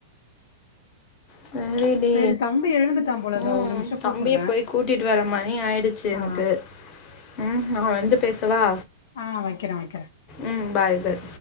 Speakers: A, on the left; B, on the left.
A: செரிடி
B: சரி தம்பி எழுந்துட்டா போல
A: உம்
B: இதோ ஒரு நிமிஷோ கூப்புட்றே
A: தம்பிய போய் கூட்டிட்டு வர மாதிரி ஆயிடுச்சு
B: ஆ
A: எனக்கு உம் நான் வந்து பேசவா
B: ஆ வைக்கிறே வைக்கிறே
A: உம் பாய் அ